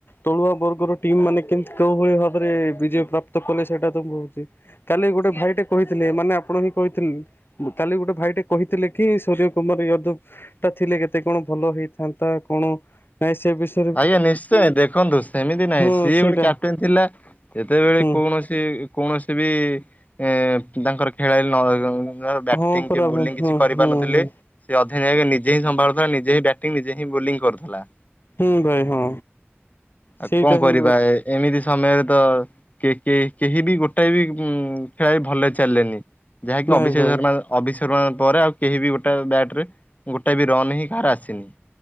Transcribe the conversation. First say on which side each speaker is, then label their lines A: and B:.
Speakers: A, on the left; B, on the left.
A: ତଳୁଆ ବର୍ଗର ଟିମ୍ ମାନେ କେମତି କୋଉ ଭଳିଆ ଭାବରେ ବିଜୟ ପ୍ରାପ୍ତ କଲେ ସେଇଟା ତ ମୁଁ ଛି। କାଲି ଗୋଟେ ଭାଇଟେ କହିଥିଲେ ମାନେ ଆପଣ ହିଁ କହିଥି କାଲି ଗୋଟେ ଭାଇଟେ କହିଥିଲେ କି ସୂର୍ଯ୍ୟ କୁମାର ୟାଦବ ଟା ଥିଲେ କେତେ କଣ ଭଲ ହେଇଥାନ୍ତା କଣ ନାଇଁ ସେ ବିଷୟ
B: ଆଜ୍ଞା ନିଶ୍ଚୟ ଦେଖନ୍ତୁ ସେମିତି ନାହିଁ
A: ହଁ
B: ସିଏ
A: ସେଇଟା
B: ଗୋଟେ କ୍ୟାପଟେନ୍ ଥିଲା ଯେତେବେଳେ
A: ହୁଁ
B: କୌଣସି ସେ କୌଣସି ବି ଏ ତାଙ୍କର ଖେଳାଳି ନହେ ନ ବ୍ୟାଟିଂ
A: ହଁ ପରା
B: କି ବୋଲିଂ
A: ଭାଇ ହଁ
B: କିଛି କରିପାରୁନଥିଲେ।
A: ହଁ ହଁ
B: ସେ ଅଧିନାୟକ ନିଜେ ହିଁ ସମ୍ଭାଳୁଥିଲା ନିଜେ ବ୍ୟାଟିଙ୍ଗ ନିଜେ ହିଁ ବୋଲିଙ୍ଗ କରୁଥିଲା।
A: ହୁଁ ଭାଇ ହଁ।
B: ଆଉ
A: ସେଇଟା
B: କଣ କରିବା
A: ହିଁ
B: ଏ ଏମିତି ସମୟରେ ତ କେ କେ କେହି ବି ଗୋଟାଏ ବି ଉ ଖେଳାଳି ଭଲରେ ଚାଲେନି। ଯାହାକି
A: ନାଇଁ
B: ଅଭିଷେକ
A: ଭାଇ
B: ଶର୍ମା। ଅଭି ଶର୍ମା ପରେ ଆଉ କେହି ବି ଗୋଟେ ବ୍ୟାଟ ରେ ଗୋଟେ ବି ରନ୍ ହିଁ କାହାର ଆସିନି।